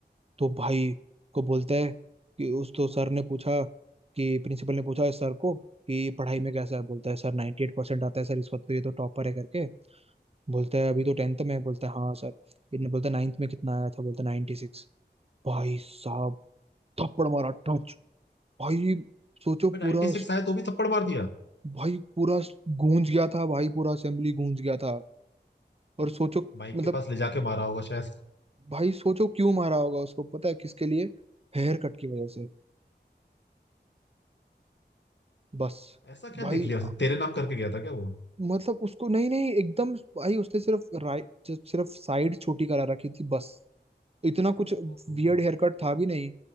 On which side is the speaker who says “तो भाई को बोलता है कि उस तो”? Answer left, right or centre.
Right